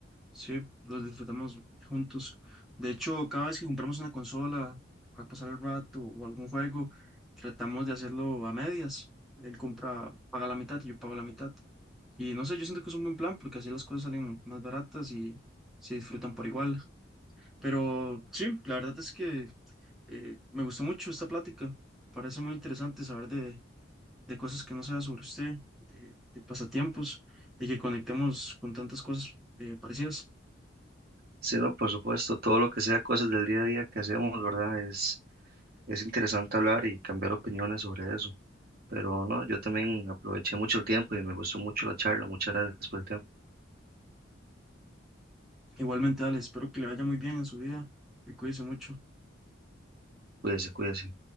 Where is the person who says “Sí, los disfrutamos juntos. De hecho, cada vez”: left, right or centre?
Centre